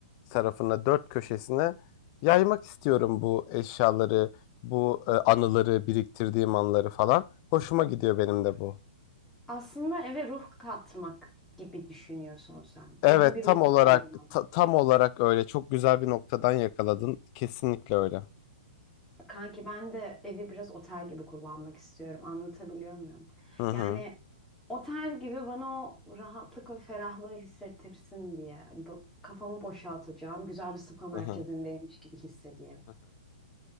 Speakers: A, on the left; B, in the centre.
A: tarafına, dört köşesine yaymak istiyorum bu eşyaları, bu e, anıları, biriktirdiğim anıları falan. Hoşuma gidiyor benim de bu.
B: Aslında eve ruh katmak gibi düşünüyorsun sen.
A: Evet,
B: Evin bir
A: tam
B: ruhu
A: olarak
B: olmalı.
A: ta- tam olarak öyle. Çok güzel bir noktadan yakaladın. Kesinlikle öyle.
B: Kanki ben de evi biraz otel gibi kullanmak istiyorum. Anlatabiliyor muyum?
A: Hı hı.
B: Yani otel gibi bana o rahatlık ve ferahlığı hissettirsin diye. Hani bu kafamı boşaltacağım. Güzel bir spa merkezindeymiş
A: Hı
B: gibi hissedeyim.
A: hı.